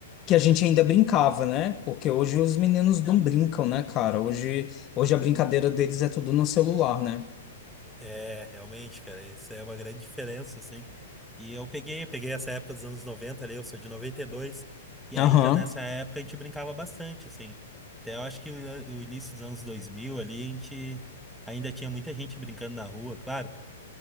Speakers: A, on the left (about 30°); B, in the centre.
A: que a gente ainda brincava, né? Porque hoje os meninos não brincam, né, cara? Hoje, hoje a brincadeira deles é tudo no celular, né?
B: É, realmente, cara, isso é uma grande diferença, assim. E eu peguei, peguei essa época dos anos 90, ali, eu sou de noventa e dois. E
A: Aham,
B: ainda nessa época a gente brincava bastante, assim. Até eu acho que o, o início dos anos 2000, ali, a gente ainda tinha muita gente brincando na rua, claro.